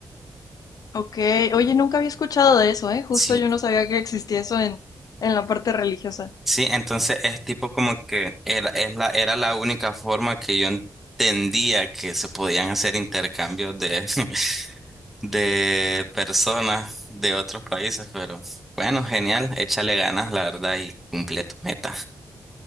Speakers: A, on the left; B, in the centre.
A: Ok. Oye, nunca había escuchado de eso, ¿eh? Justo
B: Sí,
A: yo no sabía que existía eso en, en la parte religiosa.
B: sí, entonces es tipo como que era, es la, era la única forma que yo entendía que se podían hacer intercambios de, <laughs> de personas de otros países, pero bueno, genial, échale ganas, la verdad, y cumple tu meta.